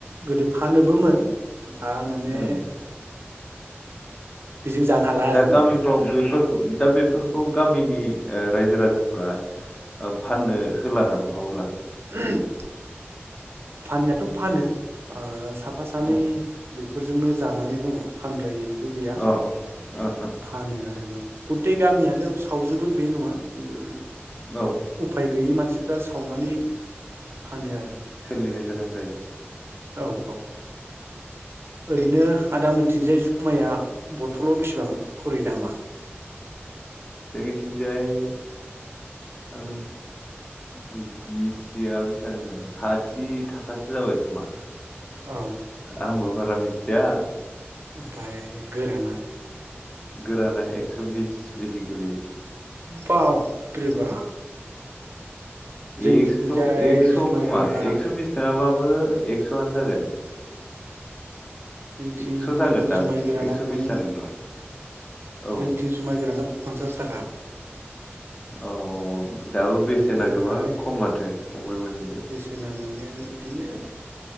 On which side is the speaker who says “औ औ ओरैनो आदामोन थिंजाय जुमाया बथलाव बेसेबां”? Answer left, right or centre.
Right